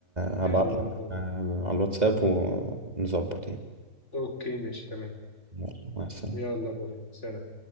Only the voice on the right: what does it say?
هبعتلك
آه، على الواتساب ونظبط يعني
يلا مع السلامة